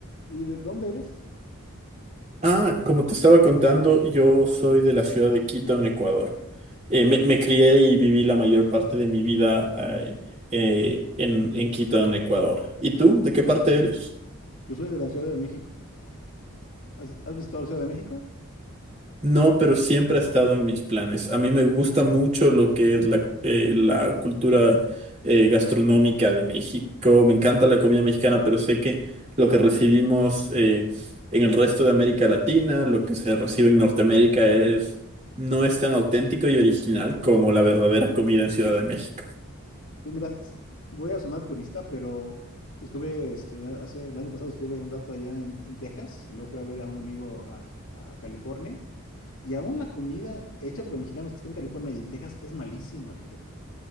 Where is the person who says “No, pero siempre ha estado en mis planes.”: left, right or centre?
Right